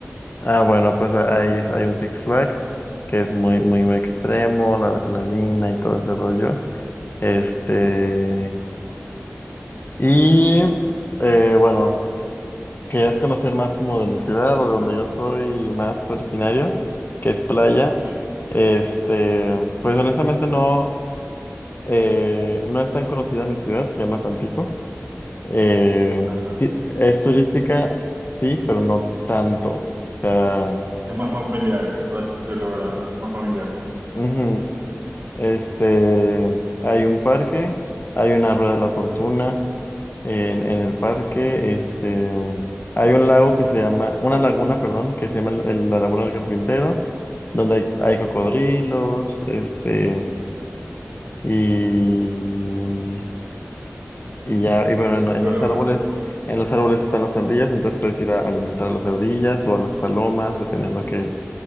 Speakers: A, on the left; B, on the right.
A: Ah, bueno, pues ahí es- hay un Six Flags que es muy, muy extremo, la adrenalina y todo ese rollo. Este, y eh, bueno, querías conocer más como de mi ciudad o de donde yo soy más originario, que es Playa.
B: Y,
A: Este, pues honestamente no, eh, no es tan conocida mi ciudad, se llama Tampico. Eh,
B: ajá.
A: sí, es turística, sí, pero no tanto. O sea,
B: Es más familiar, por así decirlo, ¿verdad? Es más familiar.
A: ujú. Este, hay un parque, hay una rueda de la fortuna en, en el parque, este, um, hay un lago que se llama, una laguna, perdón, que se llama el- el- la Laguna del Carpintero, donde hay, hay cocodrilos, este, y, um, y ya, y bueno, en, en
B: Pero
A: los árboles, en los árboles están las ardillas, entonces puedes ir a alimentar a las ardillas o a las palomas, depende de lo que,